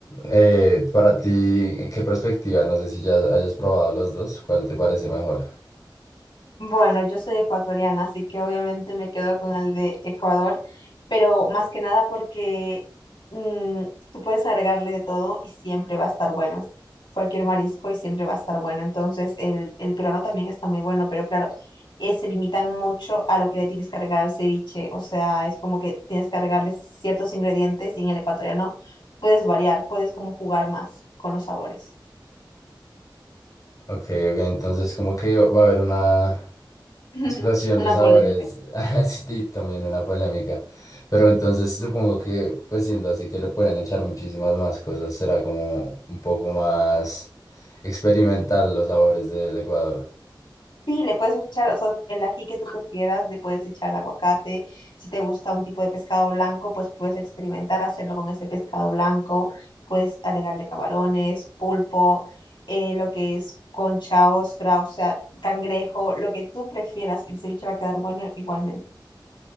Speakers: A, on the left; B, on the left.
A: eh, para ti, ¿qué perspectiva? No sé si ya hayas probado los dos, ¿cuál te parece mejor?
B: Bueno, yo soy ecuatoriana, así que obviamente me quedo con el de Ecuador, pero más que nada porque mm, tú puedes agregarle de todo y siempre va a estar bueno, cualquier marisco y siempre va a estar bueno. Entonces, el, el peruano también está muy bueno, pero claro, eh, se limitan mucho a lo que le tienes que agregar al ceviche, o sea, es como que tienes que agregarle ciertos ingredientes y en el ecuatoriano puedes variar, puedes como jugar más con los sabores.
A: Ok, ok, entonces como que va a haber una
B: <laughs>
A: explosión
B: Una
A: de sabores,
B: polémica.
A: <laughs> sí, también una polémica, pero entonces supongo que pues siendo así que le pueden echar muchísimas más cosas, será como un poco más experimental los sabores del Ecuador.
B: Sí, le puedes echar, o sea, el ají que tú prefieras, le puedes echar aguacate. Si te gusta un tipo de pescado blanco, pues puedes experimentar hacerlo con ese pescado blanco. Puedes agregarle camarones, pulpo, eh, lo que es concha, ostra, o sea, cangrejo, lo que tú prefieras. El ceviche va a quedar bueno igualmente.